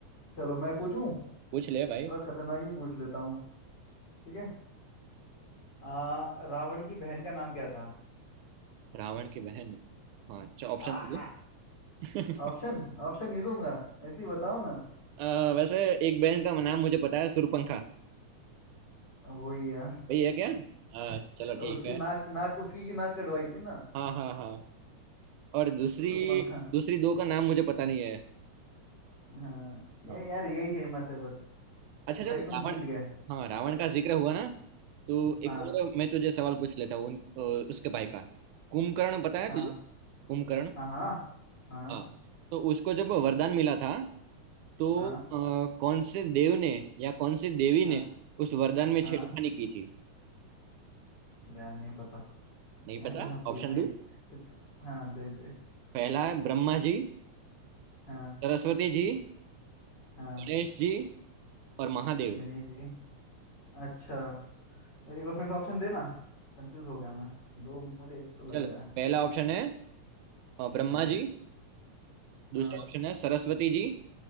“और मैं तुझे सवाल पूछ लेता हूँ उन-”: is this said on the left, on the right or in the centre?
Right